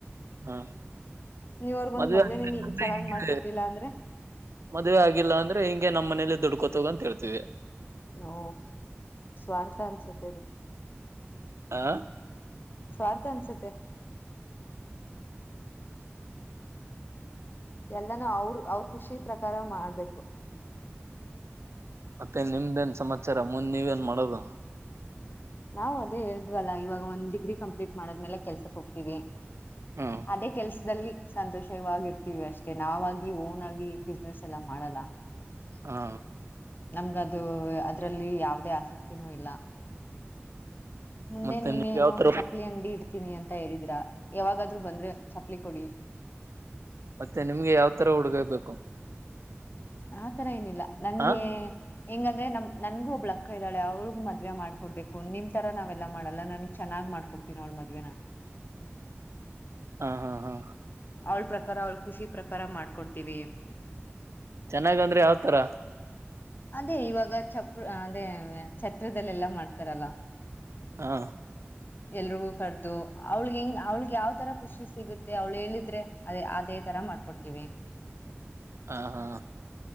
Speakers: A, on the right; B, on the left.
A: ಹಾ
B: ನೀವ್ ಅವ್ರಗೊಂದ್
A: ಮದವೆ
B: ಮದ್ವೆನೆ
A: ಆಲ್ಲ
B: ನೀ
A: ಅಂದ್ರೆ
B: ಚೆನ್ನಾಗ್ ಮಾಡ್ಕೊಟ್ಟಿಲ್ಲ
A: ಹ
B: ಅಂದ್ರೆ
A: ಮದ್ವೆ ಆಗಿಲ್ಲ ಅಂದ್ರೆ ಹಿಂಗೆ ನಮ್ಮ್ ಮನೇಲಿ ದುಡ್ಕೋತ ಹೋಗ್ ಅಂತ ಹೇಳ್ತೀವಿ
B: ನೋ ಸ್ವಾರ್ಥ ಅನ್ಸತ್ತೆ ಇದು
A: ಆ
B: ಸ್ವಾರ್ಥ ಅನ್ಸುತ್ತೆ.. ಎಲ್ಲಾನ ಅವರು ಅವ್ರ ಖುಷಿ ಪ್ರಕಾರ ಮಾಡ್ಬೇಕು
A: ಮತ್ತೆ ನಿಮ್ದೇನ್ ಸಮಾಚಾರ ಮುಂದ್ ನೀವೇಏನ್ ಮಾಡೋದು
B: ನಾವ್ ಅದೇ ಹೇಳಿದ್ವಲ್ಲ ಇವಾಗ ಒಂದ್ ಡಿಗ್ರಿ ಕಂಪ್ಲೀಟ್ ಮಾಡದ್ಮೇಲೆ ಕೆಲ್ಸಕ್ ಹೋಗ್ತಿೀವಿ
A: ಹಾ
B: ಅದೇ ಕೆಲ್ಸದಲ್ಲಿ ಸಂತೋಷವಾಗಿರ್ತೀವಿ ಅಷ್ಟೆ ನಾವಾಗಿ ಓನ್ ಆಗಿ ಬಿಸ್ನೆಸ್ ಎಲ್ಲ ಮಾಡಲ್ಲ
A: ಹಾ
B: ನಮ್ಗದು ಅದ್ರಲ್ಲಿ ಯಾವದೇ ಆಸಕ್ತಿನೂ ಇಲ್ಲ ಮುಂದೆ
A: ಮತ್ತೆ
B: ನೀವೇನು
A: ನಿಮ್ ಯಾವ ತರ
B: ಚಪ್ಪಲಿ ಅಂಗಡಿ ಇಡ್ತೀನಿ ಅಂತ ಹೇಳಿದ್ರ ಯಾವಾಗಾದ್ೂ ಬಂದ್ರೆ ಚಪ್ಪಲಿ ಕೊಡಿ
A: ಮತ್ತೆ ನಿಮ್ಗೆ ಯಾವ ತರ ಹುಡುಗ ಬೇಕು
B: ಆತರ ಏನಿಲ್ಲ ನಂಗೆ
A: ಹ
B: ಹೆಂಗಂದ್ರೆ ನಮ ನನ್ಗು ಒಬ್ಳ ಅಕ್ಕ ಇದ್ದಾಳೆ ಅವ್ಿಗು ಮದ್ವೆ ಮಾಡ್ಕೊಡ್ಬೇಕು ನಿಮ್ ತರ ನಾವೆಲ್ಲಾ ಮಾಡಲ್ಲ ನನ್ಗ್ ಚೆನ್ನಾಗ್ ಮಾಡ್ಕೊಡ್ತೀನಿ ಅವಳ್ ಮದ್ವೆ ನಾ
A: ಹಾ ಹಾ ಹಾ
B: ಅವಳ ಪ್ರಕಾರ ಅವಳ ಖುಷಿ ಪ್ರಕಾರ ಮಾಡ್ಕೊಡ್ತೀವಿ
A: ಚೆನ್ನಾಗ ಅಂದ್ರೆ ಯಾವತರ
B: ಅದೇ ಇವಾಗ ಚಪ ಅದೇ ಛತ್ದಲ್ಲ ಎಲ್ಲಾ ಮಾಡ್ತಾರಲ್ಲ
A: ಹಾ
B: ಎಲ್ರಿಗೂ ಕರ್ದು ಅವ್ಳಗೆ ಹೆಂಗ್ ಅವ್ಳಿಗೆ ಯಾವ್ತರ ಖುಷಿ ಸಿಗುತ್ತೆ ಅವ್ಳ ಹೇಳಿದ್ರೆ ಅದೇ ಅದೇ ತರ ಮಾಡ್ಕೊಡ್ತೀವಿ
A: ಹ ಹಾ